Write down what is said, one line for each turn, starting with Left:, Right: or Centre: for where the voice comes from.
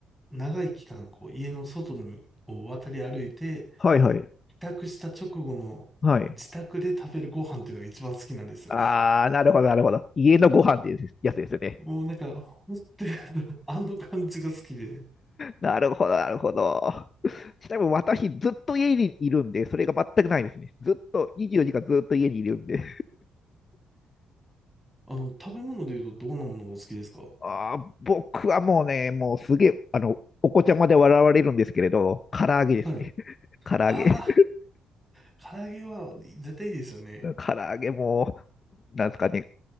Centre: 長い期間、こう、家の外に、を渡り歩いて、
Left: はいはい。
Centre: 帰宅した直後の自宅で食べるご飯っていうのが一番好きなんですよ。
Left: はいはいはいあー、なるほど、なるほど。家のご飯っていうやつですよね。
Centre: もうなんか、ほんとに <laughs> あの感じが好きで、
Left: なるほど、なるほど。ちなみに私、ずっと家にいるんで、それが全くないですね。ずっと、24時間ずっと家にいるんで。
Centre: あの、食べ物で言うとどんなものがお好きですか
Left: あー、僕はもうね、もうすげえ、あの、お子ちゃまで笑われるんですけれど、唐揚げですね。
Centre: はい。
Left: <laughs> 唐揚げ。
Centre: ああ、唐揚げは絶対いいですよね。
Left: 唐揚げもなんですかね、